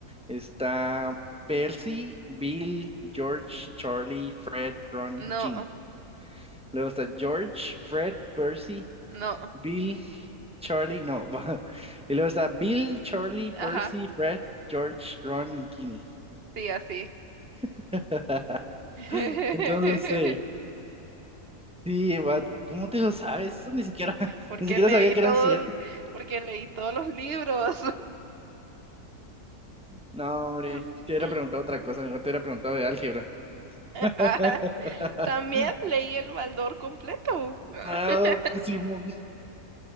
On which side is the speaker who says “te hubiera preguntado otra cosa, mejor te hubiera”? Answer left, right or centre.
Centre